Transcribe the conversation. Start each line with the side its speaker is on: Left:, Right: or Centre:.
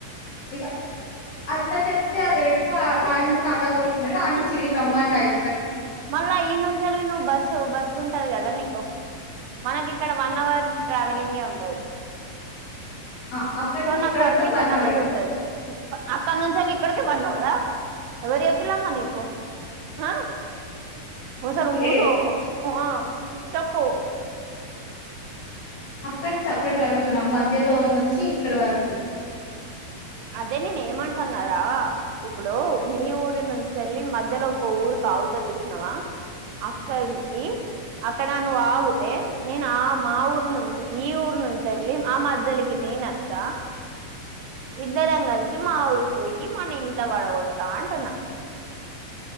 Left: ఇక అట్లా చెప్తే అది ఆ ఆనుంచ్ ఆదాక వస్ మే, ఆడ్నుంచి ఇడికి రమ్మంట అయ్
Right: మళ్లా ఇనుంచెళ్ళి నువ్ బస్సు బస్సు ఉ టది కద నీకు మనకి ఇక్కడ వన్ అవర్ ట్ర్రావెలింగే ఉంటది.
Left: ఆ అక్కడ
Right: సో
Left: నుంచి
Right: నాక్
Left: ఇక్కడికి
Right: పర్మిషన్
Left: కూడా వన్ అవరే
Right: అనేది ఉంటది. అక్కన్నుంచి ఎళ్ళి ఇక్కడికి వన్ కదా ఎవరు చెప్పిల్లమ్మా నీకు ఆ ఒ సార్ ముసో,
Left: ఏ
Right: ఆ చెప్ ఓ
Left: అక్కనుంచి అక్కడి గంటాల మధ్యలో నుంచి ఇక్కడ వర్
Right: అదే నేనే ఏమంటనారా, ఇప్పుడు మీ ఊరి నుంచి ఎళ్ళి మధ్యలో ఒక్క ఊరుకు ఆవుతది. చూస్నావ అక్కడికి అ అక్కడ నువ్వు ఆవుతే, నేనా మా ఊరు నుంచి, ఈ ఊరు నుంచి ఎళ్ళి ఆ మద్ ద్దలికి నేనత్త ఇద్దరం కలిసి మా ఊరి పోయి మని ట్ల వడగొడతా అంటన